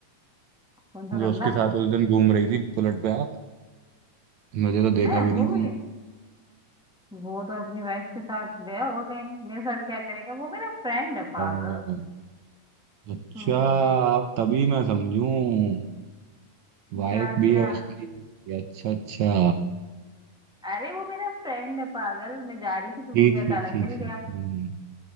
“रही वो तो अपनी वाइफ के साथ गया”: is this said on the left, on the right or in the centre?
Centre